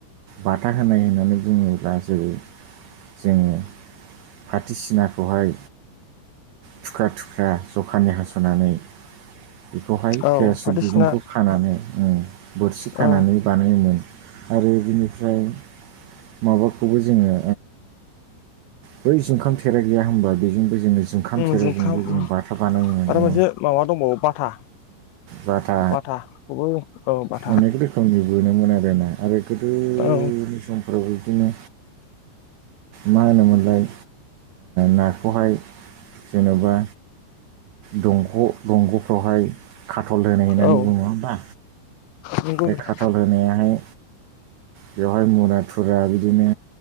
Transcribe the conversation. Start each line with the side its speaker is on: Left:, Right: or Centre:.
Right: बाथा होनाय होननानै बुङोब्ला दा जेरै जोङो फाथिसिनाखौहाय थुख्रा थुख्रा जखानि हास'नानै <unintelligible>
Left: औ फाथो सिना
Right: खानानै बोरसि खानानै
Left: औ
Right: बानायोमोन आरो बिनिफ्राय माबाखौबो जोङो बै जुखाम थेरा गैया होनबा बेजोंबो जोङो ओंखाम
Left: उम
Right: सेराजोंबो
Left: जुखाम
Right: जों
Left: उम
Right: बाथा बानाय मोनो
Left: आरो मोनसे माबा दंबावो बाथा
Right: बाथा
Left: बाथाखौबो औ बाथा
Right: अनेक रोखोमनि बोननोमोन आरोना आरो गोदोनि
Left: औ
Right: समफ्रावाबो बिदिनो मा होनोमोनलाय नाखौहाय जेन'बा दंग' दंग'फ्रावहाय खाटल होनाय होननानै
Left: औ
Right: बुङो हबा
Left: नंगौ
Right: बे
Left: नोंथां
Right: खाथल होनायाहाय बेवहाय मुरा थुरा बिदिनो